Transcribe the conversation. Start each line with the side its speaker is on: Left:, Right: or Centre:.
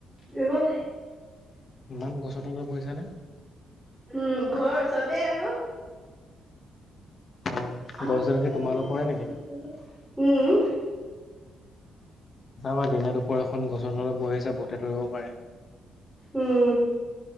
Centre: উহো।
Left: ইমান গছৰ তলত বহিছানে?
Centre: উম, ঘৰ ওচৰতে আৰু।
Left: অ
Centre: আমাৰ
Left: গছডাল
Centre: ককা
Left: কি তোমালোকৰে
Centre: <unintelligible>
Left: নেকি
Centre: উম।
Left: চাবা দিনে দুপৰেখন গছৰ তলত বহি আছা ভূটে ধৰিব পাৰে।
Centre: উম,